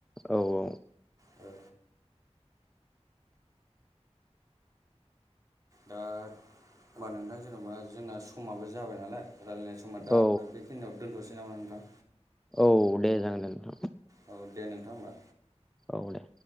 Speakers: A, in the centre; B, on the right.
A: औ औ
B: औ दा होनबा नोंथां जेन'बा जोंना समाबो जाबाय नालाय रायलायनाय समा दा
A: औ
B: बे खिनियाव दोनथ'सै नामा नोंथां?
A: औ दे जागोन दे नोंथां।
B: औ दे नोंथां होमबा।
A: औ दे